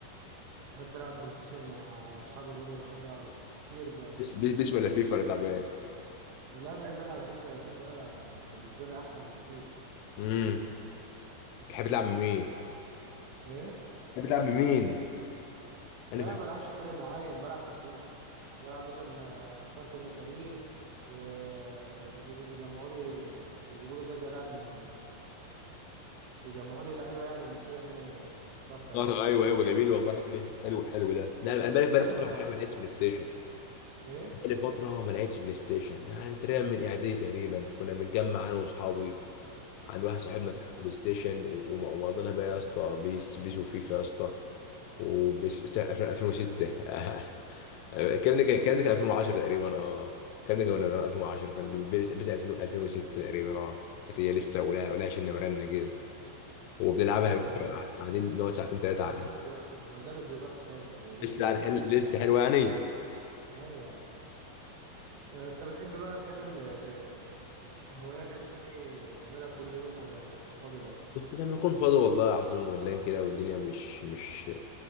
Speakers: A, on the right; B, on the left.
A: بحب العب بلاي ستيشن مع اصحابي برضه بحب العب كتير بقى
B: بيس بيس بيس ولا فيفا ولا تلعب ايه
A: لا بحب العب بيسا بيسا بالنسبه لي احسن من فيف
B: امم تحب تلعب مين
A: ايه
B: تحب تلعب بمين؟ انا
A: لا
B: فاكر
A: ما بلعبش فريق معين بلعب تقويم بلعب مثلا آه، اختار كذا فريق وبيجيبوا بيجمعوا لي بيجيبوا لي كذا لاعب من بيجمعوا لي لعيبه يعني من الفرقه اللي انا اخترتها
B: فترة
A: دي
B: ايوه ايوه جميل والله الحته دي حلو حلو ده لا انا بقالي بقالي
A: ايوه
B: فتره صراحه ما لعبتش بلاي ستيشن
A: ايه
B: بقالي فتره ما لعبتش بلاي ستيشن يعني تقريبا من اعدادي تقريبا كنا بنتجمع انا واصحابي عند واحد صاحبنا
A: اه
B: كان عنده بلاي ستيشن و- وم- ومقضينا بقى يا اسطى بيس بيس وفيفا يا اسطى وبيس بيس 2006 <laughs> الكلام ده كان الكلام ده كان 2010 تقريبا اه الكلام ده كان 2010 كان بيس بيس 2000 2006 تقريبا اه كانت هي لسه ولا ولا شلنا ورنا كده وبنلعبها
A: ايوه
B: قاعدين نقعد ساعتين ثلاثه
A: وما زالت دلوقتي وما زالت دلوقتي حلو والناس
B: لسه
A: بتلعبها
B: هنحل لسه حلوه يعني
A: ايوه آه، انت بتحب بقى تعمل ت- هواياتك دي تعملها كل يوم ولا بتبقى فاضي بس
B: كنت لما اكون فاضي والله العظيم ولان كده والدنيا مش مش